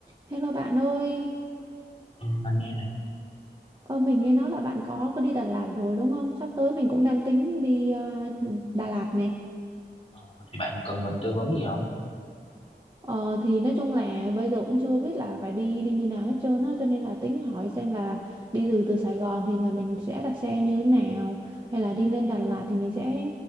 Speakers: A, on the right; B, on the left.
A: Hello bạn ơi,
B: Ừ, mình nghe nè
A: ờ, mình nghe nói là bạn có có đi Đà Lạt rồi đúng không? Sắp tới mình cũng đang tính đi ờ, Đà Lạt nè.
B: Ờ, thì bạn cần mình tư vấn gì không?
A: Ờ, thì nói chung là bây giờ cũng chưa biết là phải đi đi như nào hết trơn á, cho nên là tính hỏi xem là đi từ từ Sài Gòn thì là mình sẽ đặt xe như thế nào, hay là đi lên Đà Lạt thì mình sẽ